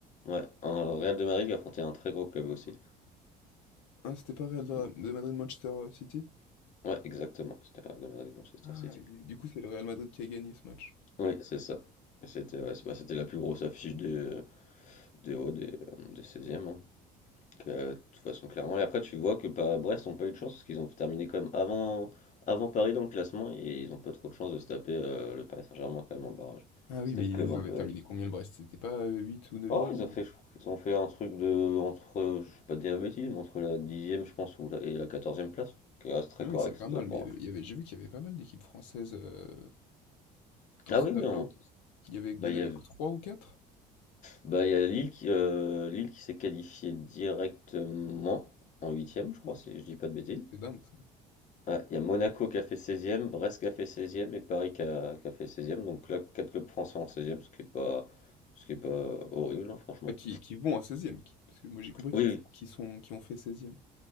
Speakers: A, on the left; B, on the left.
A: Ouais, un Real de Madrid qui affrontait un très gros club aussi.
B: Ah c'était pas Real de
A: Mm.
B: de Madrid-Manchester, City?
A: Ouais, exactement, c'était le Real de Madrid Manchester
B: Ah
A: City.
B: et du coup c'est le Real Madrid qui a gagné ce match.
A: Oui, c'est ça. Et C'était ouais, c'est- bah, c'était la plus grosse affiche des, euh, des, ouais, des, euh, des seizièmes. e hein, que, euh, de toute façon, clairement. Et après, tu vois que pas, Brest n'ont pas eu de chance, parce qu'ils ont terminé quand même avant, avant Paris dans le classement, et ils n'ont pas trop de chance de se taper euh, le Paris Saint-Germain quand même en barrage.
B: Ah oui
A: C'était
B: mais
A: le
B: ils
A: club un
B: avaient
A: peu
B: terminé
A: à
B: combien le Brest? C'était pas, heu, 8 ou 9e?
A: Oh, ils ont fait, je crois qu'ils ont fait un truc de, entre, euh, je vais pas te dire de bêtises, mais entre la dixième, je pense, ou la, et la quatorzième place, qui reste très
B: Ah
A: correct
B: oui c'est pas mal,
A: euh, pour
B: mais il y avait
A: un club.
B: il y avait j'ai vu qu'il y avait pas mal d'équipes françaises, heu, dans
A: Ah
B: ce
A: oui,
B: tableau.
A: mais on-
B: Il y avait il
A: bah,
B: y en
A: il
B: avait
A: y a,
B: que 3 ou quatre
A: bah, il y a Lille qui, euh, Lille qui s'est qualifiée directement en huitième, je crois,
B: Non.
A: si je dis pas de bêtises.
B: C'est dingue ça.
A: Ouais, il y a Monaco qui a fait seizième Brest qui a fait seizième et Paris qui a, qui a fait seizième Donc là, 4 clubs français en seizième ce qui est pas, ce qui est pas horrible, hein, franchement.
B: Ah qui qui vont à seizième qui- parce que moi j'ai compris qu'ils
A: Oui, oui,
B: f qu'ils sont qui ont fait seizième